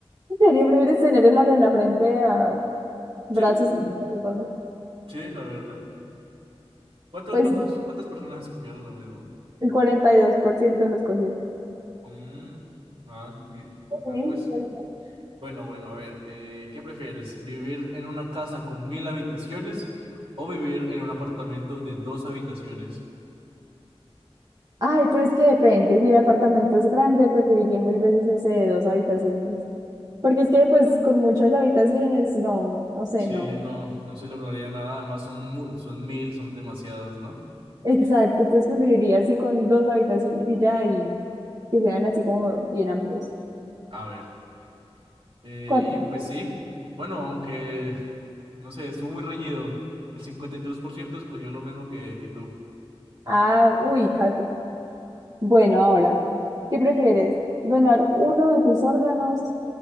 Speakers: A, on the right; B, on the right.
A: ¿En serio prefieres tener el ano en la frente a brazos
B: Sí,
A: y piernas?
B: sí, la verdad. ¿Cuánto,
A: Pues
B: cuántos, cuántas personas escogieron lo mismo?
A: el 42% lo escogió.
B: Mm, ah, mi-
A: Ok,
B: vea pues.
A: pues,
B: Bueno, bueno, a ver, eh, ¿qué prefieres? ¿Vivir en una casa con mil habitaciones o vivir en un apartamento de dos habitaciones?
A: Ay, pero es que depende. Si el apartamento es grande, preferiría mil veces ese de dos habitaciones. Porque es que, pues, con muchas habitaciones, no, no sé,
B: Sí,
A: no.
B: no, no se lograría nada. Además, son, mu- son mil, son demasiadas, ¿no?
A: <laughs> Exacto, entonces preferiría así con dos habitaciones y ya, y que sean así como bien amplios.
B: A ver, Eh,
A: ¿Cuánto?
B: y pues sí, bueno, aunque, no sé, estuvo muy reñido. El 53% escogió lo mismo que, que tú.
A: Ah, uy, casi. Bueno, ahora, ¿qué prefieres? ¿Donar uno de tus órganos